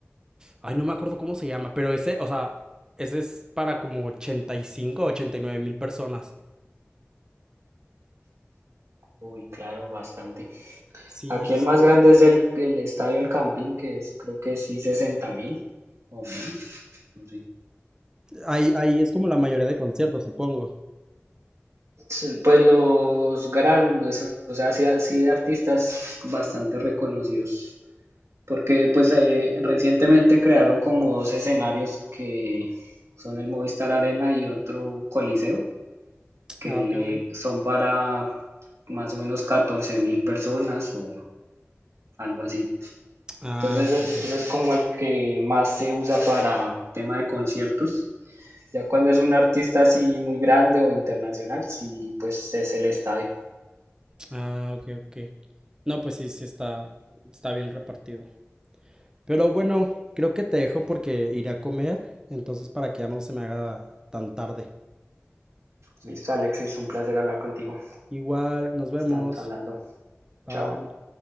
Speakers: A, on the right (about 15°); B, on the right (about 75°).
A: Ay, no me acuerdo cómo se llama, pero ese, o sea, ese es para como 85 o ochenta y nueve mil personas.
B: Uy, claro, bastante.
A: Sí,
B: Aquí
A: es-
B: el más grande es el, el estadio El Campín, que es creo que sí sesenta mil o menos, no sé.
A: ahí, ahí es como la mayoría de conciertos, supongo.
B: Sí, Pues los grandes, o sea, sí, sí de artistas bastante reconocidos, porque pues eh, recientemente crearon como dos escenarios que son el Movistar Arena y otro Coliseo, que
A: Ah,
B: le
A: ok, ok.
B: son para más o menos catorce mil personas o algo así.
A: Ah,
B: Entonces
A: ok,
B: ese,
A: ok.
B: ese es como el que más se usa para tema de conciertos. Ya cuando es un artista así muy grande o internacional, sí, pues es el estadio.
A: Ah, ok, ok. No, pues sí, sí está, está bien repartido. Pero bueno, creo que te dejo porque iré a comer, entonces para que ya no se me haga tan tarde.
B: Listo, Alexis, un placer hablar contigo.
A: Igual, nos vemos.
B: Estamos hablando.
A: Bye.
B: Chao.